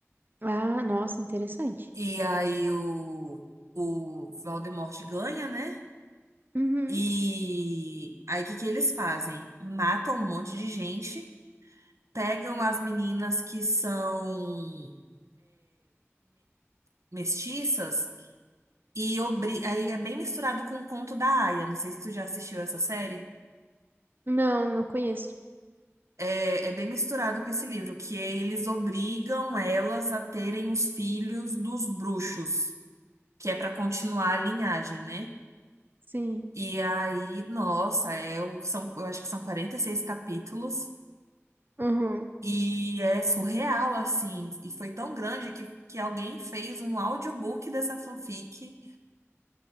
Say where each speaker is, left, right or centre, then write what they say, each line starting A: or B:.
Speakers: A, on the right; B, on the right.
A: Ah, nossa, interessante.
B: E aí o, o Voldemort ganha, né?
A: Uhum.
B: E aí o que que eles fazem? Matam um monte de gente, pegam as meninas que são. mestiças e obri... aí é bem misturado com o Conto da Aia. Não sei se tu já assistiu essa série.
A: Não, não conheço.
B: É, é bem misturado com esse livro, que é eles obrigam elas a terem os filhos dos bruxos, que é para continuar a linhagem, né?
A: Sim.
B: E aí, nossa, é, o- são, eu acho que são 46 capítulos
A: Uhum.
B: e é surreal, assim. E foi tão grande que, que alguém fez um audiobook dessa fanfic